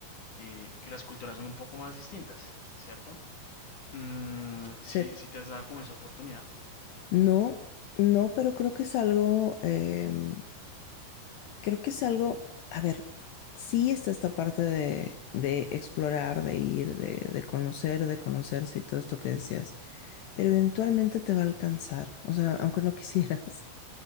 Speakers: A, on the left (about 45°); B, on the left (about 70°).
A: eh, que las culturas son un poco más distintas, ¿cierto? Mm, si,
B: chep.
A: si te has dado como esa oportunidad.
B: No, no, pero creo que es algo, em, creo que es algo, a ver, sí está esta parte de, de explorar, de ir, de, de conocer, de conocerse y todo esto que decías, pero eventualmente te va a alcanzar, o sea, aunque no quisieras. <laughs>